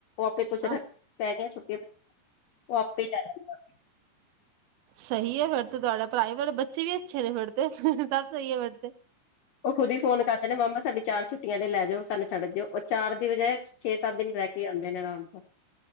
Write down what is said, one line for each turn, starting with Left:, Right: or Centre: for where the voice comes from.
Left: ਆਪੇ ਕੁੱਛ
Right: ਅੱਛਾ,
Left: ਰੱਖ ਪੈ ਗਿਆਆਂ ਛੁੱਟੀਆਂ ਪੈ ਉਹ ਆਪੇ ਲੈ ਜਾਂਦਾ ਆ ਕੇ
Right: ਸਹੀ ਹੈ ਫਿਰ ਤੇ ਤੁਹਾਡਾ ਭਰਾਅ ਬੱਚੇ ਵੀ ਅੱਛੇ ਨੇ ਫੜਦੇ ਸਭ ਸਹੀ ਹੈ ਫਿਰ ਤੇ
Left: ਉਹ ਖੁਦ ਹੀ ਫੋਨ ਕਰਦੇ ਨੇ ਮਾਮਾ ਸਾਡੀ ਚਾਰ ਛੁੱਟੀਆਂ ਦੇ ਲੈ ਜਾਓ ਸਾਨੂੰ ਛੱਡ ਜਾਓ ਉਹ ਚਾਰ ਦੀ ਬਜਾਏ ਛੇ ਸੱਤ ਦਿਨ ਰਹਿ ਕੇ ਆਉਂਦੇ ਨੇ ਅਰਾਮ ਨਾਲ